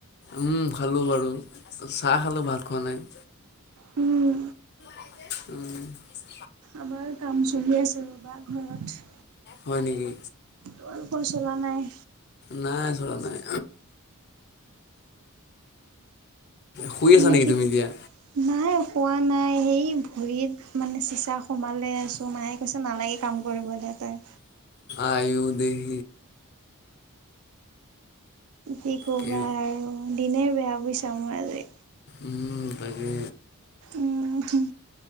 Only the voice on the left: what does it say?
উম খালো বাৰু চাহ খালো ভাত খোৱা নাই।
উম
হয় নেকি?
নাই, চলা নাই শুই
আছা নেকি
তুমি এতিয়া
আয়ো দেহী।
কে
উম তাকে